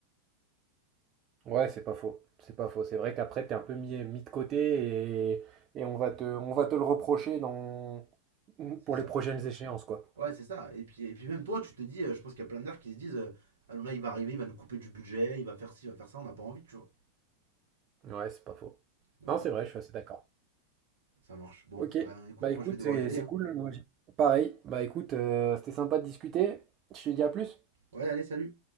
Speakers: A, on the right; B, on the right.
A: Ouais, c'est pas faux. C'est pas faux. C'est vrai qu'après, t'es un peu mis, mis de côté et, et on va te, on va te le reprocher dans,
B: C'est
A: pour
B: ça.
A: les prochaines échéances, quoi.
B: Ouais, c'est ça. Et puis, et puis même toi, tu te dis, euh, je pense qu'il y a plein de mecs qui se disent euh, Hanouna, il va arriver, il va nous couper du budget, il va faire ci, il va faire ça, on n'a pas envie, tu vois.
A: Ouais, c'est pas faux.
B: Donc
A: Non, c'est
B: ouais,
A: vrai, je suis assez d'accord.
B: ça marche. Bon,
A: Ok.
B: ben écoute,
A: Bah
B: moi
A: écoute,
B: je vais devoir
A: c'est
B: y aller.
A: c'est
B: hein.
A: cool. moi, j'ai- Pareil. Bah écoute, euh, c'était sympa de discuter. Je te dis à plus.
B: Ouais, allez, salut.